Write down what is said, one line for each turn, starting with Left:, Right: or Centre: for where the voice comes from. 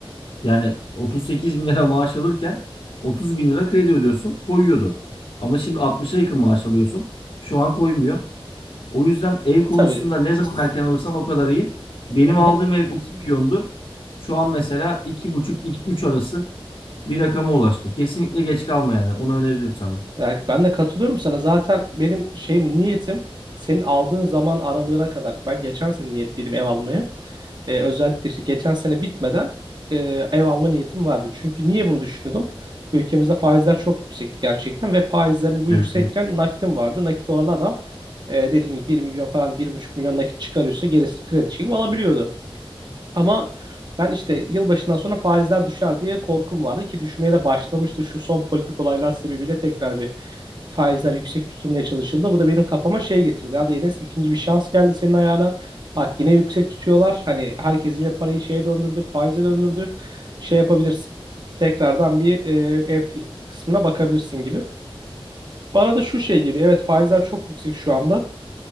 Left: Yani 38 bin lira maaş alırken 30 bin lira kredi ödüyorsun, koyuyordu. Ama şimdi 60'a yakın maaş alıyorsun. Şu an koymuyor. O yüzden ev
Right: Ya,
Left: konusunda
Right: tabii.
Left: ne zaman
Right: s-
Left: erken alırsan o kadar iyi. Benim
Right: Hı
Left: aldığım
Right: hı.
Left: ev 2 milyondu. Şu an mesela 2,5-3 arası bir rakama ulaştı. Kesinlikle geç kalma yani. Onu öneririm sana.
Right: Yani ben de katılıyorum sana. Zaten benim şeyim niyetim senin aldığın zaman aralığına kadar. Ben geçen sene niyetliydim ev almaya. E, özellikle işte geçen sene bitmeden e, ev alma niyetim vardı. Çünkü niye bunu düşünüyordum? Ülkemizde faizler çok yüksekti gerçekten ve faizlerin bu
Left: Evet,
Right: yüksekken
Left: evet.
Right: nakitim vardı. Nakit olan adam e, dediğim gibi bir milyon falan bir buçuk milyon nakit çıkarıyorsa gerisini kredi çekip alabiliyordu. Ama ben işte yılbaşından sonra faizler düşer diye korkum vardı ki düşmeye de başlamıştı. Şu son politik olaylar sebebiyle tekrar bir faizler yüksek tutulmaya çalışıldı. Bu da benim kafama şey getirdi. Hadi Enes ikinci bir şans geldi senin ayağına. Bak yine yüksek tutuyorlar. Hani herkes yine parayı şeye döndürdü, faize döndürdü. Şey yapabilirsin. Tekrardan bir e, ev kısmına bakabilirsin gibi. Bana da şu şey geliyor. Evet faizler çok yüksek şu anda.